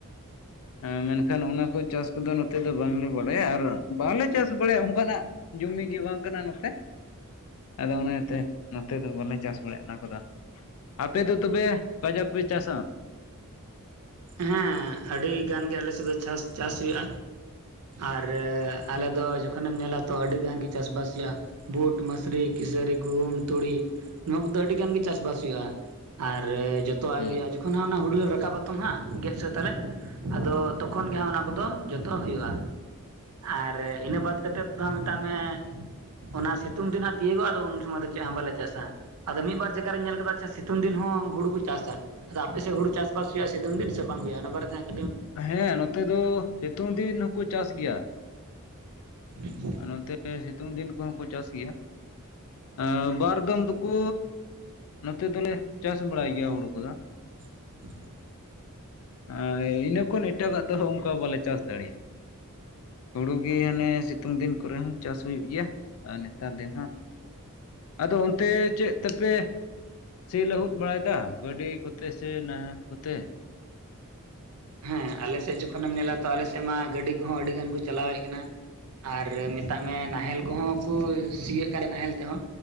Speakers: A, on the left; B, on the right.
A: ᱦᱮᱸ ᱢᱮᱱᱠᱷᱟᱱ ᱚᱱᱟ ᱠᱚ ᱪᱟᱥ ᱠᱚᱫᱚ ᱱᱚᱛᱮ ᱫᱚ ᱵᱟᱝᱞᱮ ᱵᱟᱲᱟᱭ, ᱦᱮᱸ ᱟᱨ ᱵᱟᱨ ᱵᱟᱞᱮ ᱪᱟᱥ ᱵᱟᱲᱟᱭᱟ ᱚᱱᱠᱟᱱᱟᱜ ᱡᱩᱢᱤ ᱜᱮ ᱵᱟᱝ ᱠᱟᱱᱟ ᱱᱚᱛᱮ, ᱟᱫᱚ ᱚᱱᱟᱛᱮ ᱱᱚᱛᱮ ᱫᱚ ᱵᱟᱞᱮ ᱪᱟᱥ ᱵᱟᱲᱟᱭᱟ ᱚᱱᱟ ᱠᱚᱫᱚ, ᱟᱯᱮ ᱫᱚ ᱛᱚᱵᱮ ᱠᱟᱡᱟᱠ ᱯᱮ ᱪᱟᱥᱟ?
B: ᱦᱮᱸ ᱟᱹᱰᱤ ᱜᱟᱱ ᱜᱮ ᱟᱞᱮ ᱥᱮᱫ ᱫᱚ ᱪᱟᱥ ᱪᱟᱥ ᱦᱩᱭᱩᱜᱼᱟ, ᱟᱨ ᱟᱞᱮ ᱫᱚ ᱡᱚᱠᱷᱚᱱᱮᱢ ᱧᱮᱞᱟ ᱛᱚ ᱟᱹᱰᱤ ᱜᱟᱱ ᱜᱮ ᱪᱟᱥᱵᱟᱥ ᱦᱩᱭᱩᱜᱼᱟ, ᱵᱩᱴ ᱢᱟᱥᱨᱤ ᱠᱮᱥᱟᱹᱨᱤ ᱜᱩᱦᱩᱢ ᱛᱩᱲᱤ ᱱᱚᱣᱟ ᱠᱚᱫᱚ ᱟᱹᱰᱤ ᱜᱟᱱ ᱜᱮ ᱪᱟᱥᱵᱟᱥ ᱦᱩᱭᱩᱜᱼᱟ, ᱟᱨ ᱡᱚᱛᱚᱣᱟᱜ
A: ᱦᱩᱸ
B: ᱜᱮ ᱦᱩᱭᱩᱜᱼᱟ ᱡᱚᱠᱷᱚᱱ ᱚᱱᱟ ᱦᱩᱲᱩ ᱞᱮ ᱨᱟᱠᱟᱵᱟ ᱛᱚ ᱦᱟᱸᱜ ᱜᱮᱫ ᱥᱟᱹᱛ ᱟᱞᱮ ᱟᱫᱚ ᱛᱚᱠᱷᱚᱱ ᱜᱮ ᱦᱟᱸᱜ ᱚᱱᱟ ᱠᱚᱫᱚ ᱡᱚᱛᱚ ᱦᱩᱭᱩᱜᱼᱟ, ᱟᱨ ᱤᱱᱟᱹ ᱵᱟᱫᱽ ᱠᱟᱛᱮᱫ ᱫᱚ ᱢᱮᱛᱟᱜ ᱢᱮ ᱚᱱᱟ ᱥᱤᱛᱩᱝ ᱫᱤᱱ ᱦᱟᱸᱜ ᱛᱤᱭᱳᱜᱚᱜᱼᱟᱫᱚ ᱩᱱ ᱥᱚᱢᱚᱭ ᱫᱚ ᱪᱮᱫ ᱦᱚᱸ ᱵᱟᱞᱮ ᱪᱟᱥᱟ, ᱟᱫᱚ ᱢᱤᱫ ᱵᱟᱨ ᱡᱟᱭᱜᱟ ᱨᱤᱧ ᱧᱮᱞ ᱠᱮᱫᱟ ᱥᱤᱛᱩᱝ ᱫᱤᱱ ᱦᱚᱸ ᱦᱩᱲᱩ ᱠᱚ ᱪᱟᱥᱟ ᱟᱫᱚ ᱟᱯᱮ ᱥᱮᱫ ᱦᱩᱲᱩ ᱪᱟᱥ? ᱵᱟᱥ ᱦᱩᱭᱩᱜᱼᱟ ᱥᱤᱛᱩᱝ ᱫᱤᱱ ᱥᱮ ᱵᱟᱝ ᱦᱩᱭᱩᱜᱼᱟ ᱚᱱᱟ ᱵᱟᱨᱮ ᱛᱮ
A: ᱦᱮᱸ ᱱᱚᱛᱮ ᱫᱚ ᱥᱤᱛᱩᱝ ᱫᱤᱱ ᱦᱚᱸᱠᱚ ᱪᱟᱥ ᱜᱮᱭᱟ,
B: <unintelligible>
A: ᱱᱚᱛᱮ ᱥᱤᱛᱩᱝ ᱫᱤᱱ ᱠᱚᱦᱚᱸ ᱠᱚ ᱪᱟᱥ ᱜᱮᱭᱟ ᱮᱸ ᱵᱟᱨ ᱫᱚᱢ ᱫᱚᱠᱚ ᱱᱚᱛᱮ ᱫᱚᱞᱮ ᱪᱟᱥ ᱵᱟᱲᱟᱭ ᱜᱮᱭᱟ ᱦᱩᱲᱩ ᱠᱚᱫᱚ
B: <inaudible>
A: ᱳᱭ ᱤᱱᱟᱹ ᱠᱷᱚᱱ ᱮᱴᱟᱜᱟᱜ ᱫᱚ ᱚᱱᱠᱟ ᱵᱚᱞᱮ, ᱪᱟᱥ ᱫᱟᱲᱮᱭᱟᱜᱼᱟ। ᱦᱩᱲᱩ ᱜᱤ ᱦᱟᱸᱱᱮ ᱥᱤᱛᱩᱝ ᱫᱤᱱ ᱠᱚᱨᱮ ᱦᱚᱸ ᱪᱟᱥ ᱦᱩᱭᱩᱜ ᱜᱤᱭᱟ ᱟᱨ ᱱᱮᱛᱟᱨ ᱫᱤᱱ ᱦᱚᱸ। ᱟᱫᱚ ᱚᱱᱛᱮ ᱪᱮᱫ ᱛᱮᱯᱮ ᱥᱤ ᱞᱟᱹᱦᱩᱫ ᱵᱟᱲᱟᱭᱫᱟ ᱜᱟᱹᱰᱤ ᱠᱚᱛᱮ ᱥᱮ ᱱᱟᱦᱮᱞ ᱠᱚᱛᱮ?
B: ᱦᱮᱸ ᱟᱞᱮ ᱥᱮᱜ ᱡᱚᱠᱷᱚᱱᱮᱢ ᱧᱮᱞᱟ ᱛᱚ ᱟᱞᱮᱥᱮᱜ ᱢᱟ ᱜᱟᱹᱰᱤ ᱠᱚᱦᱚᱸ ᱟᱹᱰᱤ ᱜᱟᱱ ᱠᱚ ᱪᱟᱞᱟᱣᱮᱫ ᱠᱟᱱᱟ ᱟᱨ ᱢᱮᱛᱟᱜ ᱢᱮ ᱱᱟᱦᱮᱞ ᱠᱚᱦᱚᱸ ᱠᱳᱭ ᱥᱤᱭᱟᱹᱜ ᱠᱟᱱᱟ ᱱᱟᱦᱮᱞ ᱛᱮᱦᱚᱸ